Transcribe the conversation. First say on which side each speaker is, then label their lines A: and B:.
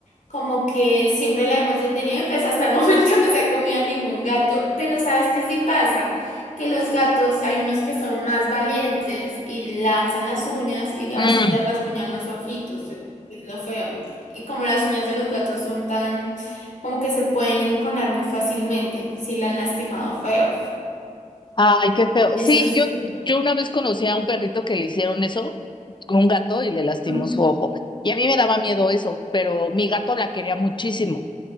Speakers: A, on the left (about 70°); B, on the left (about 35°).
A: como que siempre la hemos detenido y pues hasta el momento <laughs> no se ha comido a ningún gato. Pero ¿sabes qué sí pasa? Que los gatos, hay unos que son más valientes y lanzan las uñas y a
B: Mm.
A: veces le rasguñan los ojitos. Es es lo feo. Y como las uñas de los gatos son tan, como que se pueden enconar muy fácilmente si la han lastimado feo.
B: Ay, qué feo.
A: Eso
B: Sí,
A: es...
B: yo, yo una vez conocí a un perrito que le hicieron eso con un gato y le lastimó
A: Ujú.
B: su ojo. Y a mí me daba miedo eso, pero mi gato la quería muchísimo,